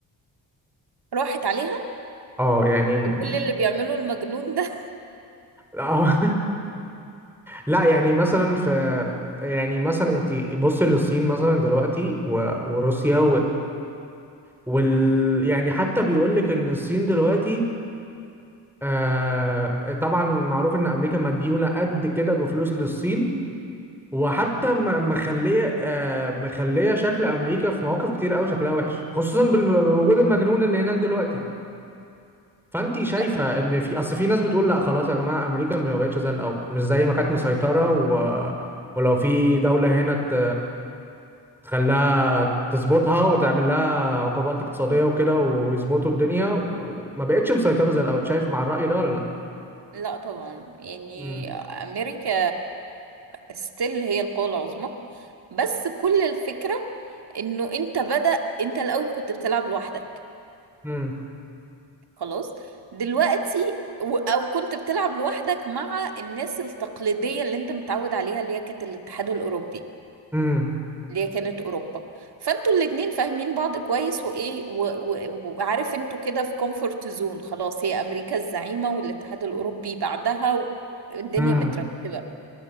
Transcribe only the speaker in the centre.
اه يعني م-
اه <laughs> لا يعني مثلا في يعني مثلا انت بصي للصين مثلا دلوقتي و- وروسيا وال يعني حتى بيقول لك ان الصين دلوقتي آه طبعا معروف ان امريكا مديونه قد كده بفلوس للصين وحتى م- مخليه آه مخليه شكل امريكا في مواقف كتير قوي شكلها وحش خصوصا بالم- بوجود المجنون اللي هناك دلوقتي فانت
شايفه
ان في اصل في ناس بتقول لا خلاص يا جماعه امريكا ما بقتش زي الاول مش زي ما كانت مسيطره و... ولو في دوله هنا ت... تخليها تظبطها وتعمل لها عقوبات اقتصادية وكده ويظبطوا الدنيا وما بقتش مسيطرة زي الأول شايف مع الرأي ده ولا لأ؟
مم.
مم.
مم.
مم.